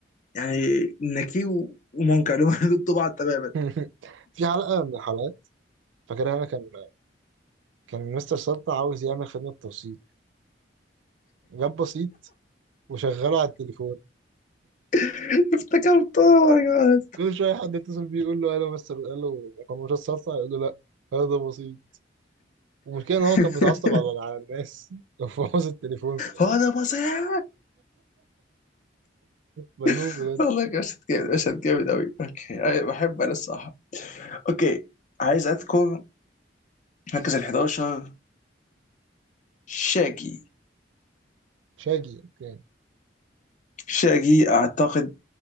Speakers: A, on the left; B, on the right.
A: يعني نكي و- ومونكا اللي هم <laughs> ضد بعض تماما
B: <laughs> في حلقة من الحلقات فاكرها انا كان كان مستر سلطة عاوز يعمل خدمة توصيل جاب بسيط وشغله على التليفون
A: <laughs> افتكرت اوه ماي جاد
B: كل شوية حد يتصل بيه يقول له الو مستر الو كان مش سلطة يقول له لا هذا بسيط والمشكلة إن هو كان
A: <laughs>
B: بيتعصب على على الناس <laughs> وبوظ التليفون في الآخر
A: هو ده بصيح
B: مجنون
A: <laughs>
B: بجد
A: والله مشهد جامد مشهد جامد قوي اوكي أي- بحب انا الصراحه اوكي عايز اذكر مركز ال 11 شاجي
B: شاجي أوكي
A: شاجي اعتقد